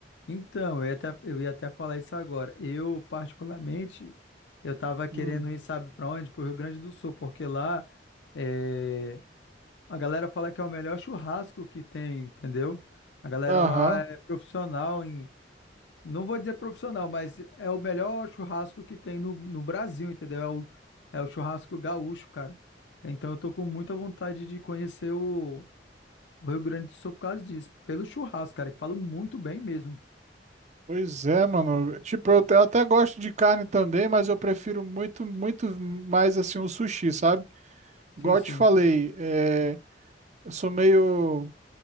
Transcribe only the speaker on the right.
Hum.
Aham.
Pois é, mano. Tipo, eu até, eu até gosto de carne também, mas eu prefiro muito, muito mais assim o sushi, sabe?
Igual
eu te falei, eh, eu sou meio